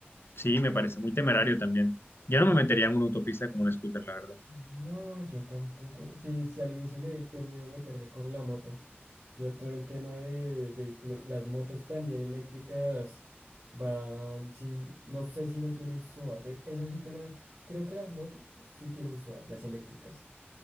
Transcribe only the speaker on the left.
sí, me parece muy temerario también. Yo no me metería en una autopista como un scooter, la verdad.